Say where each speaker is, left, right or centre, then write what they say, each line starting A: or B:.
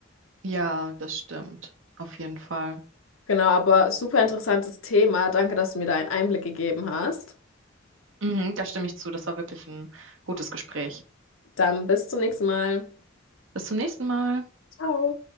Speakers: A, on the right; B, on the left.
A: Ja, das stimmt. Auf jeden Fall.
B: Genau, aber super interessantes Thema. Danke, dass du mir da einen Einblick gegeben hast.
A: Mhm, da stimme ich zu. Das war wirklich ein gutes Gespräch.
B: Dann bis zum nächsten Mal.
A: Bis zum nächsten Mal.
B: Ciao.